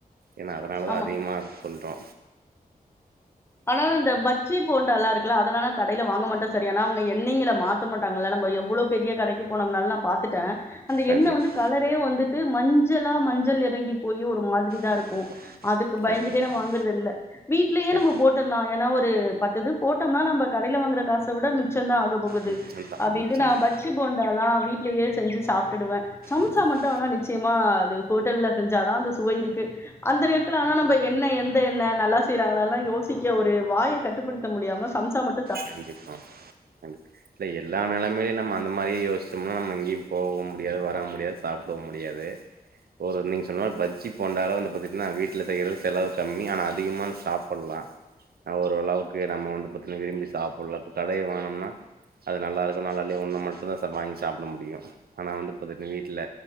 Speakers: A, on the right; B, on the left.
A: ஏன்னா அதனாலதான்
B: ஆமா.
A: அதிகமா சொல் ட்டோ
B: ஆனா இந்த பச்சி போண்டயில்லாம் இருக்கல அதெலான க கடையில வாங்க மாட்டோம் சரி ஆன அவங்க எண்ணெய்ங்கள மாத்த மாட்டாங்கள நம்ப நம்ப எவ்வளவு பெரிய கடைக்கு போனம்னால நான் பாத்துட்டேன் அந்த
A: கண்டிப்பா
B: எண்ணெய் வந்து கலரே வந்துட்டு ட்டு மஞ்சளா மஞ்சள் இறங்கி போய் ஒரு மாதிரி தான்
A: கண்டிப்பா
B: இருக்கும் அதுக்கு பயந்துட்டே
A: கண்டிப்பாங்க
B: ந வாங்குறத இல்ல வீடலயே
A: கண்டிப்பா
B: நம்ம ஏன்னா ஒரு பத்தது போட்டோம்னா நம்ம கடைல வாங்குற காச விட மிச்ச சம் தான் ஆக போகுது
A: மிச்சந்தா
B: அப்படின்டு
A: மிச்சந்தா
B: நான் பஜ்ஜி போண்டால்லாம் வீட்லயே செஞ்சு சாப்பிடுவேன் சம்சா
A: கண்டிப்பா
B: மட்டும் நிச்சயமா அது ஹோட்டல்ல செஞ்சாதான் அந்த சுவை இருக்கு அந்த நேரத்தில ஆனா நம்ம என்ன எந்த என்ன நல்லா செய்றாங்களன்லாம் யோ சிக்க ஒரு வாய கட்டுப்படுத்த முடியாம சம்சா மாட்
A: கண்டிப்பா கண்டி இல்ல எல்லா நிலமையும் நம்ம அந்த மா மாறியே யோசிச்சோம்னா நம்ம எங்கயும் போக முடியாது வர முடியாது சாப்பிட முடியாது ஒரு நீங்க சொன்ன பஜ்ஜி போண்டால வந்து பாத்தீகனா வீட்டுல செய்யற செலவு கம்மி ஆனா அதிகமா சாப்பிடலாம் ஓரளவுக்கு நம்ம வந்து பாத்தீகன விரும்பி சாப்பிடல இப்போ கடய வாங்குனோம்னா அது நல்லா இருக்கும் நாலாலயோ ஒன்னு மட்டும் தான் வாங்கி சாப்பிட முடியும் ஆனா வந்து பாத்துட்டீங்கன வீட்டில